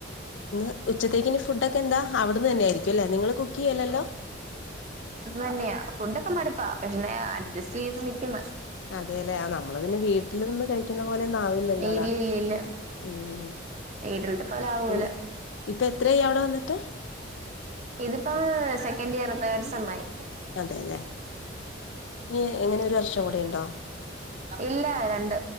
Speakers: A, on the left; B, on the right.
A: ഇന്ന് ഉച്ചത്തേക്ക് ഇനി ഫുഡൊക്കെ എന്താ അവ്ടുന്ന് തന്നെ ആയിരിക്കു അല്ലെ നിങ്ങള് കുക്ക് ചെയ്യ് യ്യല്ലല്ലോ
B: താന്നെയാ ഫുഡൊക്ക മടുപ്പാ പിന്നെ ന്നെയാ അഡ്ജസ്റ്റെയ്ത് നിക്ക്‌ന്ന്
A: അതെലെ ആ നമ്മള് പിന്നെ വീട്ടില് നിന്ന് കഴിക്ക്‌ന്ന അത് പോലെന്നാവില്ലല്ലോടാ
B: ഇല്ലില്ലില്ല
A: ഉം
B: വീട്ടിലത്തെ പോലെ ആകൂല
A: ഇനി ഇപ്പൊ എത്രയായി അവിടെ വന്നിട്ട്
B: ഇതിപ്പം സെക്കൻഡ് ഇയർ തേർഡ് സെമ് ആയി
A: അതെലെ ഇനി
B: ഉം
A: എങ്ങനെ ഒരു വർഷം കൂടെ ഉണ്ടോ
B: ഇല്ല രണ്ട്